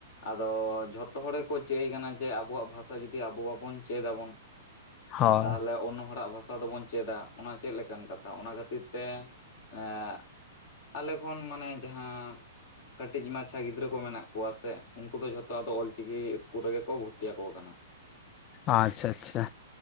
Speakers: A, on the left; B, on the left.
A: ᱟᱫᱚ ᱡᱷᱚᱛᱚ ᱦᱚᱲ ᱜᱮᱠᱚ ᱪᱟ. ᱭ ᱠᱟᱱᱟ ᱡᱮ ᱟᱵᱚᱣᱟᱜ ᱵᱷᱟᱥᱟ ᱡᱩᱫᱤ ᱟᱵᱚ ᱵᱟᱵᱚᱱ ᱪᱮᱫ ᱟᱵᱚᱱ
B: ᱦᱳᱭ
A: ᱛᱟᱦᱚᱞᱮ ᱳᱱᱱᱚ ᱦᱚᱲᱟᱜ ᱵᱷᱟᱥᱟ ᱫᱚᱵᱚᱱ ᱪᱮᱫᱟ ᱚᱱᱟ ᱪᱮᱜ ᱞᱮᱠᱟᱱ ᱠᱟᱛᱷᱟ ᱚᱱᱟ ᱠᱷᱟ. ᱛ ᱛᱤᱨ ᱛᱮ ᱮᱸ ᱟᱞᱮ ᱠᱷᱚᱱ ᱢᱟᱱᱮ ᱡᱟᱦᱟᱸ ᱠᱟᱹᱴᱤᱡ ᱢᱟᱪᱷᱟ ᱜᱤᱫᱽᱨᱟᱹ ᱠᱚ ᱢᱮᱱᱟᱜ ᱠᱚᱣᱟ ᱥᱮ ᱩᱱᱠᱩ ᱫᱚ ᱡᱷᱚᱛᱚ ᱟᱫᱚ ᱚᱞᱪᱤᱠᱤ ᱤᱥᱠᱩᱞ ᱨᱮᱜᱮ ᱠᱚ ᱵᱷᱚᱨᱛᱤ ᱟᱠᱚ ᱠᱟᱱᱟ ᱾
B: ᱟᱪᱪᱷᱟ ᱟᱪᱪᱷᱟ,